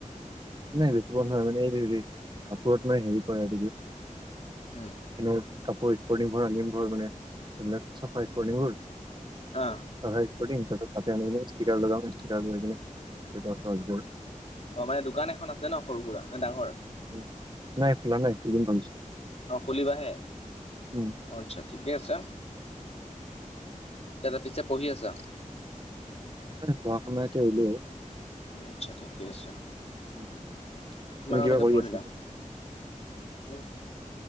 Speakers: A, on the right; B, on the left.
A: নাই বেছিব নোৱাৰো এনেই মানে এইটো হেৰি কাপোৰত মানে হেৰি পৰে।
B: উম।
A: এনে কাপোৰ স্পৰ্টিংবোৰ আনিম বাৰু মানে সেবিলাক চফা স্পৰ্টিংবোৰ
B: অ।
A: চাফা স্পটিং তাৰপিছত তাতে আনি ষ্টিকাৰ লগাম ষ্টিকাৰ লৈ কেনি।
B: অ মানে দোকান এখন আছে ন সৰু সুৰা নে ডাঙৰ?
A: উ নাই খোলা নাই এনে ভাবিছোঁ
B: অ' খুলিবাহে?
A: উম।
B: অ আচ্ছা ঠিকে আছে তাৰ পিছে পঢ়ি আছা?
A: না পঢ়া - শুনা এতিয়া এৰিলোঁ আৰু।
B: আচ্ছা, ঠিকে আছে।
A: উম।
B: কিমানলৈকে
A: তুমি কিবা কৰি
B: পঢ়িলা
A: আছা এতিয়া
B: উম?